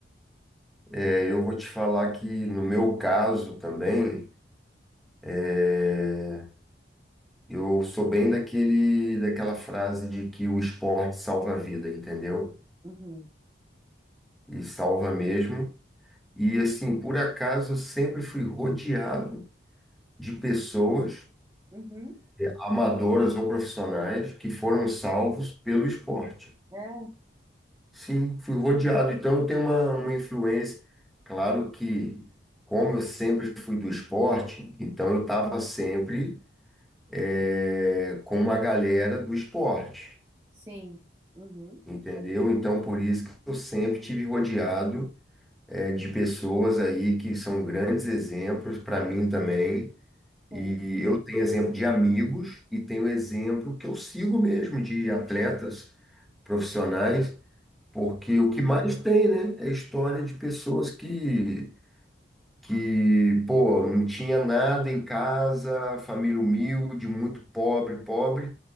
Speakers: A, in the centre; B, on the right.
A: é, eu vou te falar que no meu caso também, é, eu sou bem daquele, daquela frase de que o esporte salva a vida, entendeu?
B: Uhum.
A: E salva mesmo. E assim, por acaso, eu sempre fui rodeado de pessoas,
B: Uhum.
A: amadoras ou profissionais, que foram salvos pelo esporte.
B: É,
A: Sim, fui rodeado. Então, eu tenho uma, uma influência. Claro que, como eu sempre fui do esporte, então eu estava sempre eh, com uma galera do esporte,
B: sim. Uhum.
A: entendeu? Então, por isso que eu sempre tive rodeado eh, de pessoas aí que são grandes exemplos para mim também. E
B: Sim.
A: eu tenho exemplo de amigos e tenho exemplo que eu sigo mesmo de atletas profissionais. Porque o que mais tem, né, é história de pessoas que, que, pô, não tinha nada em casa, família humilde, muito pobre, pobre,